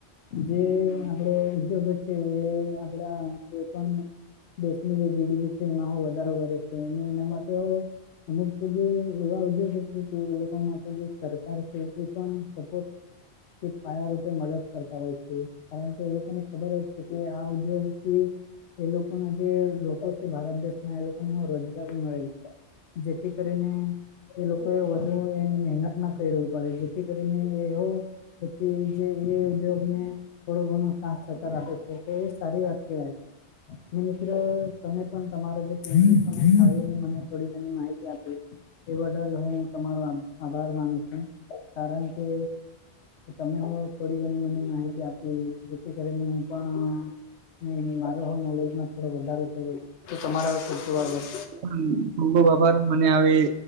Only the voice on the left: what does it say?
જે આપડે ઉદ્યોગ છે, એ આપડા કોઇ પણ દેશની જે જી ડી બી છે એમાંહો વધારો કરે છે, અને એના માટે કારણકે જે એવા ઉદ્યોગ છે, કે એ લોકો માટે જે સરકાર છે એ પણ સપોર્ટ એ પાયા રૂપે મદદ કરતા હોય છે, કારણ કે એ લોકોને ખબર જ છે કે આ ઉદ્યોગથી એ લોકો ના જે લોકો છે, ભારત દેશ ના એ લોકોને હ રોજગારી મળે છે. જેથી કરીને એ લોકો એ વધુ એમ મહેનત ના કરવી પડે, જેથી કરીને એહો પછી એ જે એ ઉદ્યોગને થોડો ઘણો સાસ સહકાર આપે છે, તો એ સારી વાત કહેવાય, અને મિત્ર તમે પણ તમારો જે કીમતી સમય કાઢીને મને થોડી ગણી માહિતી આપી. એ બડલ હું તમારો આભાર માનું છું, કારણ કે તમે હું થોડી ઘણી મને માહિતી આપી, જેથી કરીને હું પણ હમ્મ હમ્મ, મારો હો નોલેજમાં થોડો વધારો થયો, તો તમારો ખુબ ખુબ આભાર.